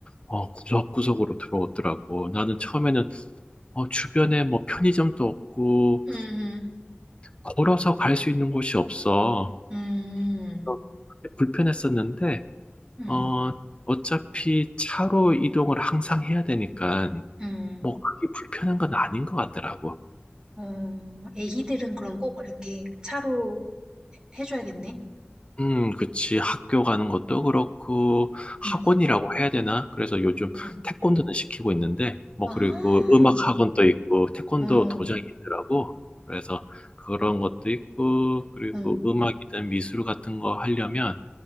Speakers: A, on the left; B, on the right.
A: 어, 구석구석으로 들어오더라고. 나는 처음에는, 어, 주변에 뭐 편의점도 없고,
B: 음.
A: 걸어서 갈 수 있는 곳이 없어.
B: 음.
A: 그래서 그때 불편했었는데,
B: 음.
A: 어, 어차피 차로 이동을 항상 해야 되니까,
B: 음.
A: 뭐 그게 불편한 건 아닌 것 같더라고.
B: 어, 애기들은 그럼 꼭 이렇게 차로 해- 해줘야겠네.
A: 음, 그치. 학교 가는 것도 그렇고, 학원이라고
B: 응.
A: 해야 되나? 그래서 요즘
B: 응.
A: 태권도는 시키고 있는데, 뭐,
B: 아.
A: 그리고 음악 학원도 있고, 태권도
B: 어.
A: 도장이 있더라고. 그래서 그런 것도 있고, 그리고
B: 응.
A: 음악이든 미술 같은 거 하려면,